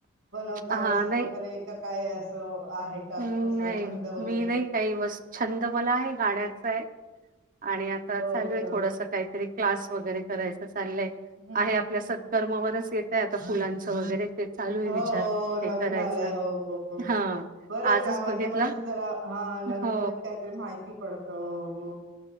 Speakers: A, on the right; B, on the right.
A: बनवता
B: हा
A: वस्तू
B: नाही
A: वगैरे, का काय अस आहे का
B: हम्म
A: कसला
B: नाही
A: छंद वगैरे?
B: मी नाही काही वस्, छंद मला आहे गाण्याचा ए आणि आता चालू
A: ओके
B: आहे थोडस काहीतरी क्लास वगैरे करायच चाललंय ए,
A: हम्म
B: आहे
A: हम्म
B: आपल्या सत्कर्मावरच
A: हम्म.
B: येतय आता फुलांचं वगैरे ते चालू आहे
A: हो हो
B: विचार
A: हो
B: ते
A: नवीन
B: करायचा.
A: आलंय हो हो हो
B: हां,
A: बरं.
B: आजच
A: त्या माध्यमातून
B: बघितला.
A: जरा, हा, नवीन
B: हो,
A: नवीन काहीतरी माहिती पडत, हो